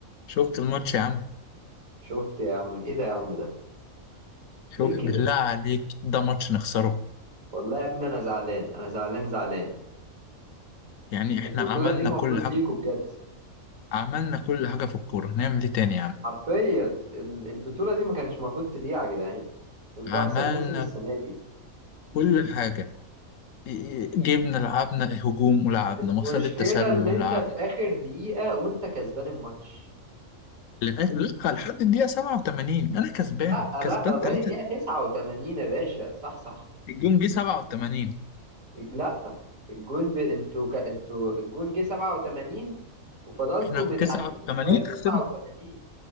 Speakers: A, on the left (about 70°); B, on the right (about 70°).
A: شفت الماتش يا عم
B: شفت يا عم ايه ده يا عم ده
A: شوف
B: ليه كده
A: بالله عليك ده ماتش نخسره
B: والله يا ابني انا زعلان انا زعلان زعلان
A: يعني احنا
B: البطوله
A: عملنا
B: دي مفروض
A: كل حاجة
B: ليكوا بجد
A: عملنا كل حاجة في الكورة نعمل ايه تاني يا عم
B: حرفيا ال- البطوله دي ما كانش مفروض تضيع يا جدعان انتوا
A: عملنا
B: احسن موسم السنه دي
A: كل حاجة إيه- إيه، جبنا لعبنا هجوم ولعبنا
B: المشكله
A: مصيدة التسلل
B: اللي
A: ولعبنا
B: انت في اخر دقيقه وانت كسبان الماتش
A: لغاية لأ، لحد الدقيقة 87 أنا كسبان
B: لا لا
A: كسبان
B: لغايه
A: ثلاثة
B: الدقيقه 89 يا باشا صح صح
A: الجون جه 87
B: لا الجون ب... انتوا ك... انتوا الجون جه 87 وفضلتوا
A: احنا
B: متعادلين
A: 89
B: لغايه 89
A: خسرنا